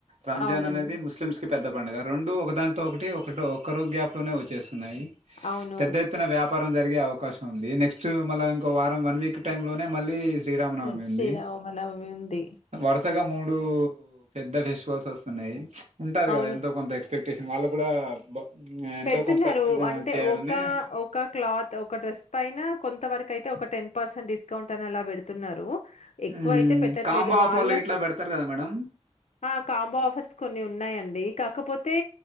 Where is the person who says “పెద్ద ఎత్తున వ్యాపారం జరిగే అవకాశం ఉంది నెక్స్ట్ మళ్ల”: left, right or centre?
Right